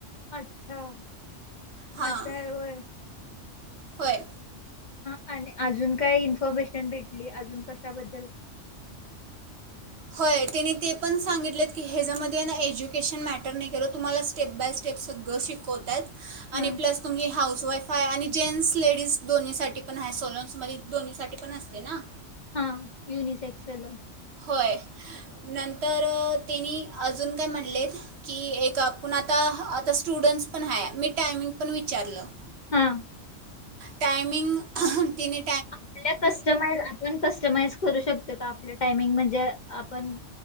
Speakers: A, on the left; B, on the right.
A: अच्छा,
B: हां
A: असं आहे होय.
B: होय
A: आणि अजून काय इन्फॉर्मेशन भेटली? अजून कशाबद्ल
B: होय तेनी तेपण सांगितल म्हटल्यात की ह्याच्यामध्ये ना एज्युकेशन मॅटर नाही करत, तुम्हाला स्टेप बाय स्टेप सगळं शिकवत्यात. आणि
A: हम्म
B: प्लस तुमची हाऊस वाईफ हाय आणि जेंट्स लेडीज दोन्हीसाठी पण आहे सलोन्स मध्ये दोन्हीसाठी पण असते ना.
A: हा युनिसेेक्सल.
B: होय नंतर त्यांनी अजून काय म्हणलेत की एक आपण आता आता स्टुडंट्स पण आहे मी टायमिंग पण विचारलं
A: हा.
B: टामिंग तिनी
A: आपल्या कस्टमाइ आपण कस्टमाइज करू शकत का आपलं टाइमिंग म्हणजे आपण